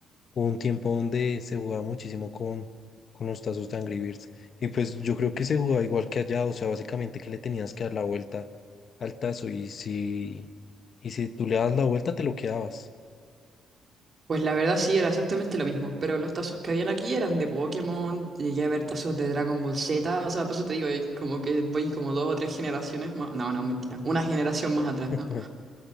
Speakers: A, on the left (about 50°); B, on the right (about 40°).
A: Hubo un tiempo donde se jugaba muchísimo con, con los tazos de Angry Birds. Y pues yo creo que se jugaba igual que allá, o sea, básicamente que le tenías que dar la vuelta al tazo y si, y si tú le das la vuelta te lo quedabas.
B: Pues la verdad sí, era exactamente lo mismo, pero los tazos que habían aquí eran de Pokémon, llegué a ver tazos de Dragon Ball Z, o sea, por eso te digo, eh, como que voy como dos o tres generaciones más, no, no, mentira, una generación más atrás,
A: <laughs>
B: ¿no?